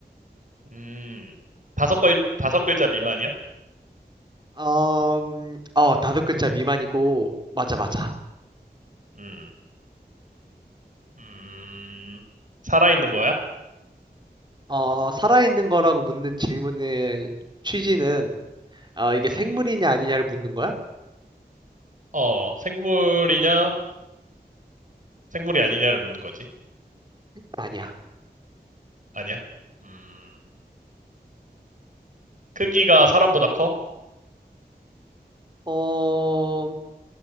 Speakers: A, on the right; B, on the right.
A: 음, 다섯 글 다섯 글자 미만이야?
B: 어, 음, 어, 다섯 글자 미만이고, 맞아, 맞아.
A: 음, 음, 살아있는 거야?
B: 어, 살아있는 거라고 묻는 질문의 취지는, 어, 이게
A: 음,
B: 생물이냐 아니냐를 묻는 거야?
A: 어, 생물이냐? 생물이 아니냐를 묻는 거지.
B: 아니야.
A: 아니야? 음, 크기가 사람보다 커?
B: 어,